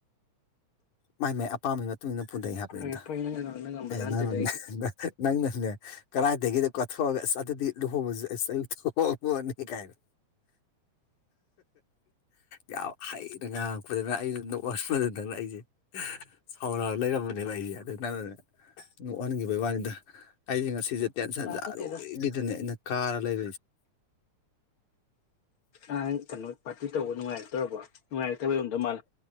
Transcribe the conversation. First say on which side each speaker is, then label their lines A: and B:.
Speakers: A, on the left (about 80°); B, on the left (about 50°).
A: ꯃꯥꯏ ꯃꯥꯏ ꯑꯄꯥꯝꯕꯒꯤ ꯃꯇꯨꯡꯏꯟꯅ ꯄꯨꯗꯩ ꯍꯥꯞꯄꯅꯤꯗ
B: ꯐꯔꯦ ꯐꯔꯦ ꯅꯪꯅ ꯅꯪꯅ ꯉꯝꯕꯖꯥꯠ
A: ꯍꯥꯏꯪ
B: ꯅꯠꯇꯦꯗ
A: ꯅꯪ
B: ꯑꯩꯗꯤ
A: ꯅꯪ ꯀꯗꯥꯏꯗꯒꯤꯗꯣ ꯀꯠꯊꯣꯛꯑꯒ ꯑꯁ ꯑꯗꯨꯗꯤ ꯂꯨꯍꯣꯡꯕꯁꯨ ꯑꯁ ꯑꯌꯨꯛꯛꯇꯨꯣꯡꯉꯣꯅꯤ ꯀꯥꯏꯅ ꯌꯥꯝ ꯍꯩꯅ ꯉꯥꯡꯉꯛꯄꯗꯅ ꯑꯩꯩꯅ ꯅꯣꯛꯍꯟꯄꯗ ꯅꯪꯅ ꯑꯩꯁꯦ ꯁꯥꯎꯔꯒ ꯂꯩꯔꯝꯕꯅꯦꯕ ꯑꯩꯁꯦ ꯑꯗꯨ ꯅꯪꯅ ꯅꯣꯛ ꯑꯣꯟꯈꯤꯕꯒꯤ ꯋꯥꯅꯤꯗ ꯑꯩꯁꯦ ꯉꯁꯤ ꯇꯦꯟꯁꯟꯖꯔꯣꯏꯒꯤꯗꯅꯦ
B: ꯇꯥꯅꯤꯡꯇꯦꯗ
A: ꯑꯩꯅ ꯀꯥꯔ ꯂꯩ
B: ꯑ ꯊꯣ ꯄꯥꯔꯇꯤ ꯇꯧꯕ ꯅꯨꯡꯉꯥꯏꯔꯛꯇ꯭ꯔꯕꯣ ꯉꯥꯏꯛꯇꯕ ꯌꯉꯗ ꯃꯥꯜꯂꯦ